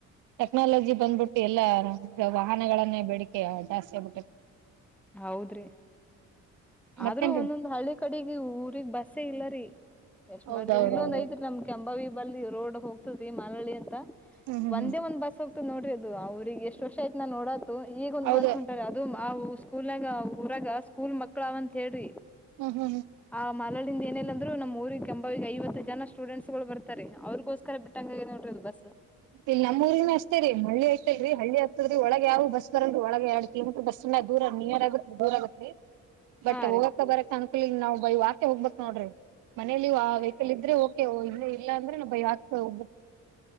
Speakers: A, on the right (about 80°); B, in the centre.
A: ಟೆಕ್ನಾಲಜಿ ಬಂದ್ಬಿಟ್ಟು ಎಲ್ಲ ವಾಹನಗಳನ್ನೇ ಬೇಡಿಕೆ ಜಾಸ್ತಿ ಆಗ್ಬಿಟ್ಟೈ
B: ಹೌದ್ರಿ
A: ಮತ್ತೇನ್ರಿ
B: ಆದ್ರೂ ಒಂದೊಂದ್ ಹಳ್ಳಿ ಕಡೆಗೆ ಊರಿಗಿ ಬಸ್ಸೇ ಇಲ್ಲ ರೀ ಎಷ್ಟ್
A: ಹೌದೌದೌದು
B: ಮಾಡಿದ್ರ ಇಲ್ಲೊಂದ್ ಐತ್ರಿ ನಮ್ ಕೆಂಬಾವಿ ಬಲ್ ರೋಡ್ ಹೋಗತದ್ರೀ ಮಾಲಳ್ಳಿ ಅಂತ
A: ಹ್ಮ್ ಹ್ಮ್
B: ಒಂದೇ
A: ಹ್ಮ್
B: ಒಂದ್ ಬಸ್ ಹೋಗತ ನೋಡಿ ಅದು ಅವ್ರಗ್ ಎಷ್ಟ್ ವರ್ಷ ಆಯ್ತ ನಾ ನೋಡೋದ ಈಗೊಂದ್
A: ಹೌದು
B: ಬಸ್ ಉಂಟಾರ ಅದು ಸ್ಕೂಲ್ಗ ರಾಗ ಸ್ಕೂಲ್ ಮಕ್ಳ ಅವ ಅಂತ ಹೇಳ್ರಿ
A: ಹ್ಮ್ ಹ್ಮ್ ಹ್ಮ್
B: ಆ ಮಲ್ಲಾಲಿಂದ ಏನಿಲ್ಲ ಅಂದ್ರು ನಮ್ಮ್ ಊರಿಗೆ ಕೆಂಭಾವಿಗಿ ಐವತ್ತು ಜನ ಸ್ಟೂಡೆಂಟ್ಸ್ ಗಳು ಬರ್ತಾರೆ ಅವ್ರಿಗೋಸ್ಕರ ಬಿಟ್ಟಂಗಗೆ ನೋಡ್ರದು ಬಸ್
A: ಇಲ್ಲ ನಮ್ಮ ಊರಿನ ಅಷ್ಟತೇ ರಿ ಹಳ್ಳಿ ಆಯ್ತರಿ ಹಳ್ಳಿ ಆಗ್ತದ್ರಿ ಒಳಗ್ ಯಾವ ಬಸ್ ಬರಲ್ರಿ ಒಳಗಗೆ ಎರಡ ನಿಮ ಬಸ್ ದೂರ ನಿಯರ್ ಆಗತ್ ದೂರ ಆಗತ್ರಿ ಬಟ್
B: ಹಾ
A: ಹೋಗಕ
B: ರೀ
A: ಬರಕ್ ಅನ್ಕಲ್ ನಾವು ಬಯ ಆಕೆ ಹೋಗ್ಬೇಕೇಕ್ ನೋಡ್ರಿ ಮನೇಲಿ ಆ ವೆಹಕಲ್ ಇದ್ರೆ ಓಕೆ ಇ ಇಲ್ಲ ಅಂದ್ರೆ ನಬ ಯಾಕ ಒಬ